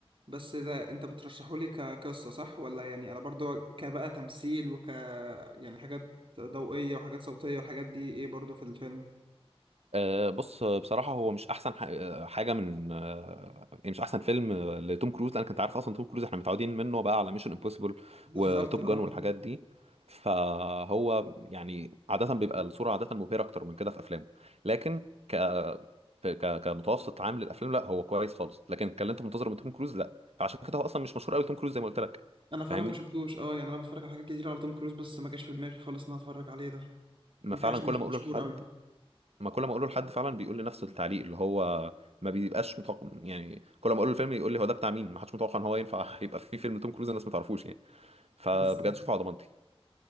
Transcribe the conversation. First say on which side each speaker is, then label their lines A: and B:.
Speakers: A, on the right; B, on the right.
A: بس ده انت بترشحولي كقصة صح ولا يعني انا برضو كبقى تمثيل وك يعني حاجات ضوئية وحاجات صوتية والحاجات دي ايه برضو في الفيلم
B: آه، بص آه، بصراحة هو مش أحسن ح- آه، حاجة من آه، يعني مش أحسن فيلم آه، لتوم كروز لأنك أنت عارف أصلا توم كروز إحنا متعودين منه بقى على ميشن امبوسيبل
A: بالظبط
B: وتوب
A: اه
B: جان والحاجات دي فهو يعني عادة بيبقى الصورة عادة مبهرة أكتر من كده في أفلامه لكن ك... في- ك... كمتوسط عام للأفلام لا هو كويس خالص لكن كان اللي أنت منتظره من توم كروز لا فعشان كده هو أصلا مش مشهور قوي توم كروز زي ما قلت لك
A: انا فعلا
B: فاهمني؟
A: ما شفتوش اه يعني انا بتفرج على حاجات كتير على توم كروز بس ما جاش في دماغي خالص ان انا اتفرج عليه ده
B: ما
A: يمكن
B: فعلا
A: عشان
B: كل
A: مش
B: ما أقوله
A: مشهور
B: لحد
A: قوي
B: ما كل ما اقوله لحد فعلا بيقول لي نفس التعليق اللي هو ما بيبقاش متوقع يعني كل ما اقوله الفيلم يقول لي هو ده بتاع مين ما حدش متوقع ان هو ينفع <laughs> يبقى في فيلم توم كروز الناس ما تعرفوش يعني فبجد
A: بالظبط
B: شوفه على ضمانتي